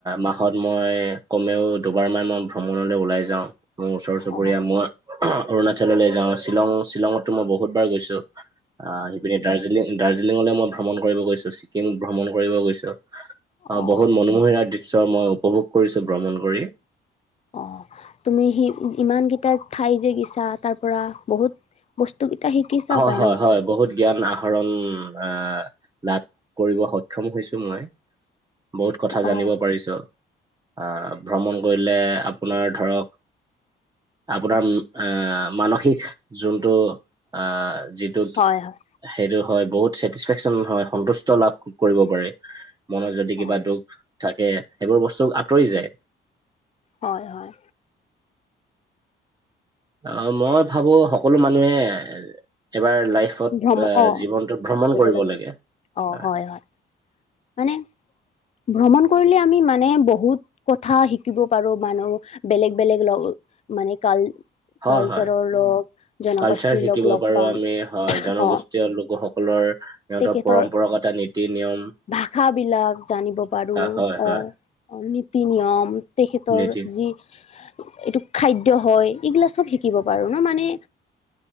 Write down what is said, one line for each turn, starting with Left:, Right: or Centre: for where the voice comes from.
Right: মাহত মই, কমেও দুবাৰমান মই ভ্ৰমণলৈ ওলাই যাওঁ। মোৰ ওচৰ চুবুৰীয়া,
Left: অ
Right: মই অহ অৰুণাচললৈ যাওঁ। শ্বিলং, শ্বিলঙতটো মই বহুত বাৰ গৈছোঁ। আ সিপিনে দাৰ্জিলিং দাৰ্জিলিঙলৈ মই ভ্ৰমণ কৰিব গৈছোঁ, ছিকিম ভ্ৰমণ কৰিব গৈছোঁ। আ,
Left: অ
Right: বহুত মনোমোহাৰ দৃশ্য মই উপভোগ কৰিছোঁ ভ্ৰমণ কৰি।
Left: অ, তুমি সি ইমানকেইটা ঠাই যে গৈছা, তাৰপৰা বহুত বস্তুকেইটা শিকিচা
Right: হয়
Left: পায়
Right: হয়
Left: ন!
Right: হয় বহুত জ্ঞান আহৰণ আ লাভ কৰিব সক্ষম সক্ষম হৈছোঁ মই। বহুত কথা
Left: অ
Right: জানিব পাৰিছোঁ। আ ভ্ৰমণ কৰিলে আপোনাৰ ধৰক আপোনাৰ উম আ মানসিক যোনটো, আ যিটোত
Left: হয় হয়
Right: সেইটো হয়, বহুত চেটিছফেকচন হয় সন্তুষ্ট লাভ কৰিব পাৰি। মনত যদি
Left: অ
Right: কিবা দুখ থাকে, সেইবোৰ বস্তু আঁতৰি যায়।
Left: হয়, হয়।
Right: অ, মই ভাবোঁ সকলো মানুহে, এবাৰ লাইফ ফত
Left: ভ্ৰম
Right: এ
Left: অ
Right: জীৱনটো ভ্ৰমণ কৰিব
Left: লাগিব
Right: লাগে। এ
Left: অ হয় হয় মানে, ভ্ৰমণ কৰিলে আমি মানে বহুত কথা শিকিব পাৰোঁ। মানুহ, বেলেগ বেলেগ লগ মানে কাল
Right: হয়,
Left: কালচাৰৰ
Right: হয়।
Left: লগ জনগোষ্ঠীৰ
Right: কালচাৰ শিকিব
Left: লগ লগ
Right: পাৰোঁ
Left: পাম
Right: আমি। হয়,
Left: অ
Right: জনগোষ্ঠীয় লোকসকলৰ সিহঁতৰ
Left: তেখেতৰ
Right: পৰম্পৰাগত নীতি-নিয়ম।
Left: ভাষাবিলাক জানিব পাৰোঁ।
Right: হয়
Left: অৱ
Right: হয়
Left: অ, নীতি-নিয়ম। তেখেতৰ
Right: নীতি
Left: যি, এইটো খাদ্য হয়। এইবিলাক চব শিকিব পাৰোঁ ন! মানে,